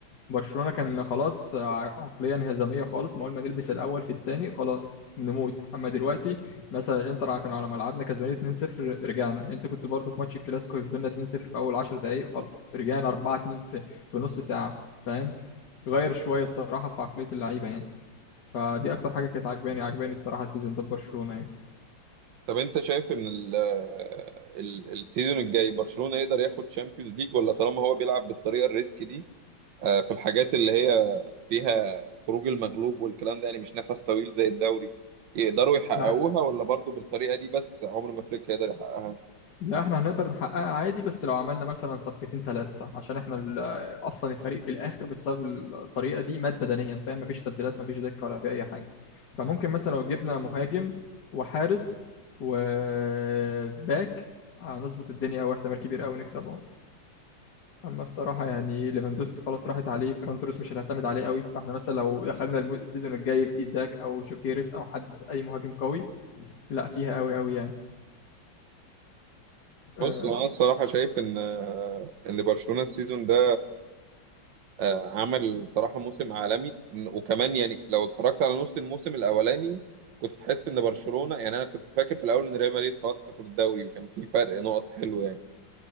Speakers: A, on the left; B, on the right.
A: برشلونة كان خلاص ع- عقلية انهزامية خالص ما أول ما نلبس الأول في التاني خلاص بنموت أما دلوقتي مثلا الإنتر كان على ملعبنا كسبانين 2-0 رجعنا أنت كنت برضو في ماتش الكلاسيكو كسبنا 2-0 في أول 10 دقايق خلاص رجعنا 4-2 في في نص ساعة فاهم غير شوية الصراحة في عقلية اللعيبة يعني فدي أكتر حاجة كانت عجباني عجباني الصراحة السيزون ده في برشلونة يعني
B: طب انت شايف ان ال ال السيزون الجاي برشلونة يقدر ياخد شامبيونز ليج ولا طالما هو بيلعب بالطريقة الريسك دي آه، في الحاجات اللي هي فيها خروج المغلوب والكلام ده يعني مش نفس طويل زي الدوري يقدروا يحققوها
A: لا
B: ولا برضو بالطريقة دي بس عمر ما فليك هيقدر يحققها
A: لا احنا هنقدر نحققها عادي بس لو عملنا مثلا صفقتين ثلاثة عشان احنا ال- آه، اصلا الفريق في الاخر بسبب الطريقة دي مات بدنيا فاهم مفيش تبديلات مفيش دكة ولا في اي حاجة فممكن مثلا لو جبنا مهاجم وحارس وباك هنظبط الدنيا او احتمال كبير قوي نكسب اهو اما الصراحة يعني ليفاندوسكي خلاص راحت عليه فيران توريس مش هنعتمد عليه قوي فاحنا مثلا لو دخلنا الم- السيزون الجاي بإيزاك او جوكيريس او حد اي مهاجم قوي لا فيها قوي قوي يعني اه
B: بص انا الصراحة شايف ان آه، ان برشلونة السيزون ده آه، عمل صراحة موسم عالمي إن- وكمان يعني لو اتفرجت على نص الموسم الأولاني كنت تحس إن برشلونة يعني أنا كنت فاكر في الأول إن ريال مدريد خلاص تاخد الدوري وكان في فرق نقط حلو يعني